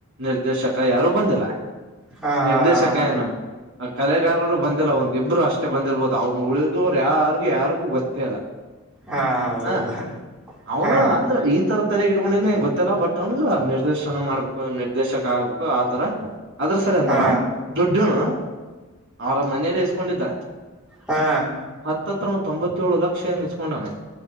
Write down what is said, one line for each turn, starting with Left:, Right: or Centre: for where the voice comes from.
Right: ನಿರ್ದೇಶಕ ಯಾರು ಬಂದಿಲ್ಲ
Centre: ಹಾ
Right: ನಿರ್ದೇಶಕ
Centre: ಹಾ ಹಾ ಹಾ
Right: ಏನು ಕಲೆಗಾರರು ಬಂದಿಲ್ಲ ಒಂದ್ ಇಬ್ರು ಅಷ್ಟೇ ಬಂದಿರಬೋದು ಅವಳಿದ ರು ಯಾರ್ಗು ಯಾರಿಗೂ ಗೊತ್ತೇ ಇಲ್ಲ
Centre: ಹಾ ಹೌದು
Right: ಹಾ ಅವನು
Centre: ಹಾ
Right: ಅಂದ್ರೆ ಈ ತರದ ಇಟ್ಕೊಂಡಿದಂಗ ಗೊತ್ತಿಲ್ಲ ಬಟ್ ಅವನ್ಗ ನಿರ್ದೇಶನ ಮಾಡ್ಬೇಕು ನಿರ್ದೇಶಕ ಆಗ್ಬೇಕು ಆತರ ಅದ್ರ ಸಲ ಎಂದಾವ
Centre: ಹಾ
Right: ದುಡ್ಡನು ಅವ್ರ ಮನೇಲಿ ಎಸ್ಕೊಂಡಿದ್ದ
Centre: ಹಾ
Right: ಹತ್ತತ್ರ ಒ ತೊಂಬತ್ತೇಳು ಲಕ್ಷ ಇಸಸ್ಕೊಂಡಾನೆ